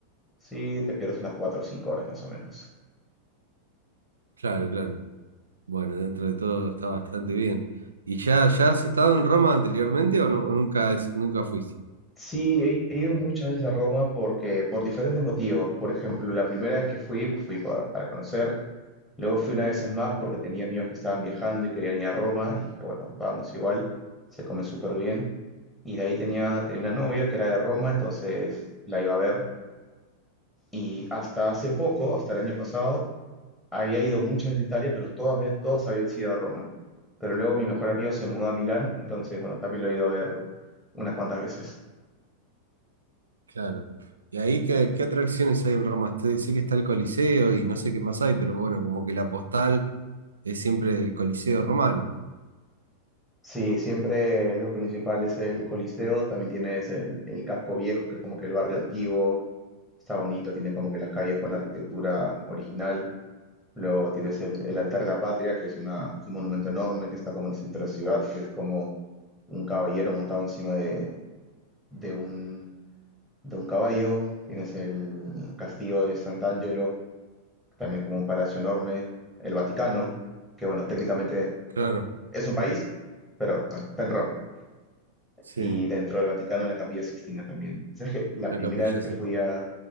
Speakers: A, in the centre; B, on the right.
A: sí, te pierdes unas 4 o 5 horas más o menos.
B: claro, claro. Bueno, dentro de todo está bastante bien. ¿Y ya, ya has estado en Roma anteriormente o, nu- o nunca, es- nunca fuiste?
A: Sí, he, he ido muchas veces a Roma porque, por diferentes motivos. Por ejemplo, la primera vez que fui, pues fui para, para conocer. Luego fui unas veces más porque tenía amigos que estaban viajando y querían ir a Roma. Y dije, bueno, vamos igual, se come súper bien. Y de ahí tenía, tenía una novia que era de Roma, entonces la iba a ver Y hasta hace poco, hasta el año pasado, había ido muchas veces a Italia, pero todas, ve- todas habían sido a Roma. Pero luego mi mejor amigo se mudó a Milán, entonces, bueno, también lo he ido a ver unas cuantas veces.
B: Claro. ¿Y ahí qué, qué atracciones hay en Roma? Estoy- sé que está el Coliseo y no sé qué más hay, pero bueno, como que la postal es siempre el Coliseo romano.
A: Sí, siempre lo principal es el Coliseo, también tienes el, el casco viejo, que es como que el barrio antiguo, está bonito, tiene como que las calles con la arquitectura original. Luego tienes el, el Altar de la Patria, que es, una, es un monumento enorme que está como en el centro de la ciudad, que es como un caballero montado encima de, de un de un caballo, tienes el castillo de Sant'Angelo, que también es como un palacio enorme, el Vaticano, que bueno, técnicamente
B: Claro.
A: es un país, pero bueno, está en Roma.
B: Sí,
A: Y dentro del Vaticano la Capilla Sixtina también. ¿Sabes que la
B: la
A: primera
B: Capilla
A: vez que
B: Sixtina.
A: fui a, la